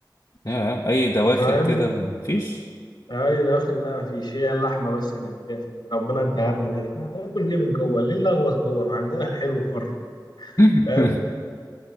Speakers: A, on the left (about 55°); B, on the left (about 70°).
A: يا اي دواخل
B: فاهم
A: كده مفيش
B: اي داخل لا مفيش هي اللحمه بس اللي هتاكل اللي ربنا اداها لنا دي احنا هناكل ليه من جوه ليه نلغوص جوه ما عندنا الحلو بره
A: <laughs>
B: فاهم